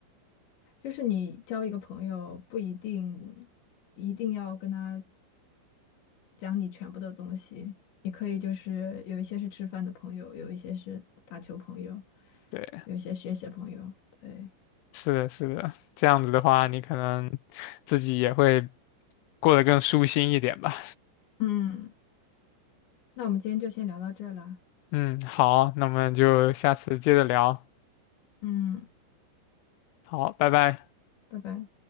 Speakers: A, on the left (about 65°); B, on the left (about 80°).
A: 就是你交一个朋友，不一定一定要跟他。讲你全部的东西。你可以就是有一些是吃饭的朋友，有一些是打球朋友，
B: 对，
A: 有一些学习朋友。对，
B: 是的，是的，这样子的话，你可能自己也会过得更舒心一点吧。
A: 嗯，那我们今天就先聊到这儿了。
B: 嗯，好，那我们就下次接着聊。
A: 嗯，
B: 好，拜拜。
A: 拜拜。